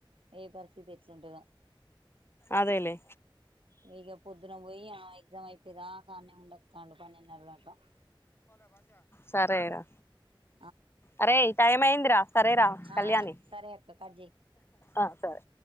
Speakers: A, on the right; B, on the left.
A: ఏ పరిస్థితి ఏట్ల ఉండదో.
B: అదేలే
A: ఇక పొద్దున పోయి ఆ ఎక్జామ్ అయిపోయేదాకా ఆనే. అడ్నే ఉండు ఓతండు పనేండు నారా దాక.
B: సరే రా.
A: ఊమ్.
B: అరే టైం అయిందిరా సరేరా
A: ఆ
B: కళ్యాణి
A: ఆ సరే అక్క కట్ జెయ్
B: ఆహ్ సరే.